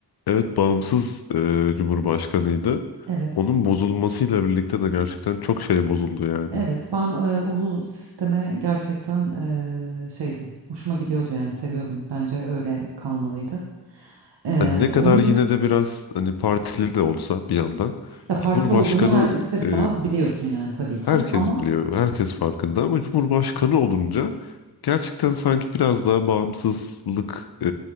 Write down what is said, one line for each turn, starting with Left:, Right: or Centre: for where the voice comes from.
Left: evet bağımsız e, Cumhurbaşkanıydı.
Right: Evet.
Left: Onun bozulmasıyla birlikte de gerçekten çok şey bozuldu yani.
Right: Evet, ben e, o sisteme gerçekten e, şeydim, hoşuma gidiyordu yani seviyordum. Bence öyle kalmalıydı. Ee,
Left: Hani ne kadar
Right: onun
Left: yine de biraz hani partili de olsa bir yandan
Right: da partili
Left: Cumhurbaşkanı
Right: olduğunu her ister istemez
Left: e,
Right: biliyorsun yani tabii
Left: herkes
Right: ki. Ama
Left: biliyor, herkes farkında ama Cumhurbaşkanı olunca gerçekten sanki biraz daha bağımsızlık e,